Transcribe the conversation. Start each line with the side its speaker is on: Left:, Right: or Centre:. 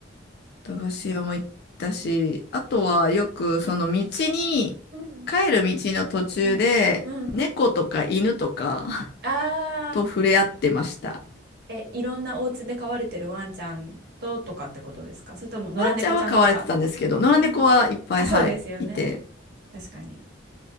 Left: 駄菓子屋も行ったし、あとはよくその道に、
Right: うん
Left: 帰る道の途中で、
Right: うんうん
Left: 猫とか犬とか
Right: あ
Left: <laughs> と触れ合ってました。
Right: ー、え、いろんなお家で飼われてるワンちゃんととかってことですかそれとも野良猫ちゃんとか
Left: ワンちゃんは飼われてたんですけど、野良猫はいっぱい、
Right: うん。あ、そうですよね。
Left: はい、いて、
Right: 確かに。